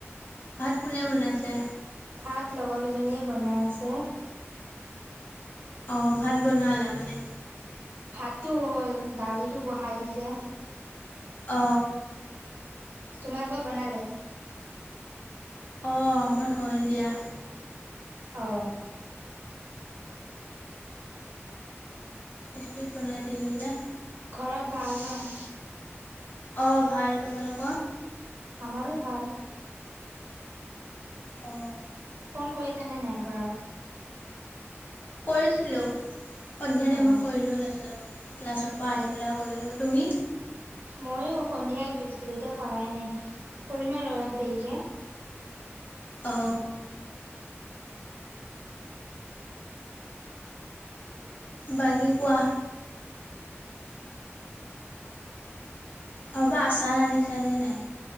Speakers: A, on the left; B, on the right.
A: ভাত কোনে বনাইছে?
B: ভাত লগৰ কেইজনীয়ে বনাই আছে।
A: অ, ভাত বনালে মানে?
B: ভাতটো হ'ল দালিটো বহাই দিছে।
A: অ।
B: তোমালোক বনালে?
A: অ, আমাৰ হ'ল দিয়া।
B: অ।
A: ইস্পিড বনাই দিলোঁ যে।
B: ঘৰত ভাল ন'?
A: অ, ভাল তোমালোক?
B: আমাৰো ভাল।
A: অ।
B: ফোন কৰিছা নে নাই ঘৰত?
A: কৰিছিলো সন্ধ্যা টাইমত
B: অ',
A: কৰিলো তাৰপিছত ক্লাছৰ পৰা আহি পেলাই কৰিলোঁ, তুমি?
B: ময়ো সন্ধিয়াই কৰিছিলোঁ এতিয়া কৰাই নাই, কৰিম আৰু অলপ দেৰিকৈ।
A: অ। বাকী কোৱা। ঘৰৰ পৰা আচাৰ আনিছানে নাই?